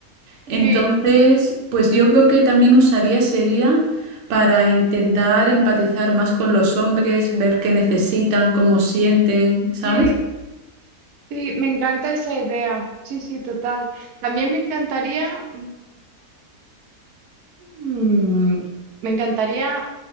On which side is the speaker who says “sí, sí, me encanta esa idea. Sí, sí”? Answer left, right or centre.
Right